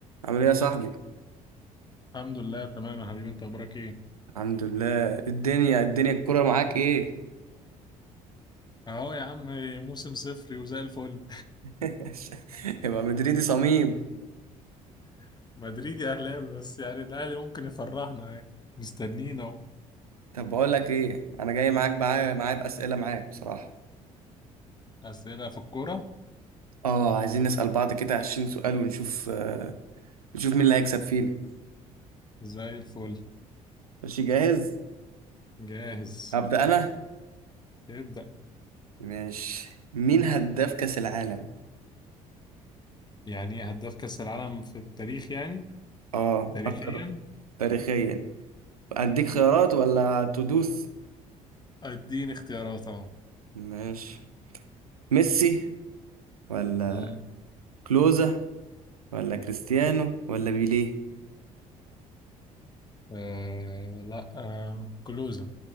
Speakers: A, on the right (about 80°); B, on the left (about 25°).
A: عامل ايه يا صاحبي
B: الحمد لله تمام يا حبيبي انت اخبارك ايه
A: الحمد لله الدنيا الدنيا الكرة معاك ايه
B: اهو يا عم موسم صفري وزي الفل
A: <laughs> يبقى مدريدي صميم
B: <laughs> مدريدي اهلاوي بس يعني الاهلي ممكن يفرحنا يعني مستنيين اهو
A: طب بقول لك ايه انا جاي معاك معايا معايا بأسئلة معاك بصراحة
B: اسئله في الكوره
A: اه عايزين نسأل بعض كده 20 سؤال ونشوف آه، نشوف مين اللي هيكسب فينا
B: زي الفل
A: ماشي جاهز
B: جاهز
A: هبدأ انا
B: ابدا
A: ماشي مين هداف كأس العالم
B: يعني ايه هداف كاس العالم في التاريخ يعني
A: اه
B: تاريخيا
A: اكتر تاريخيا اديك خيارات ولا تدوس
B: اديني اختيارات اهو
A: ماشي ميسي ولا
B: مم.
A: كلوزا ولا كريستيانو ولا بيليه
B: آه لا آه كلوزة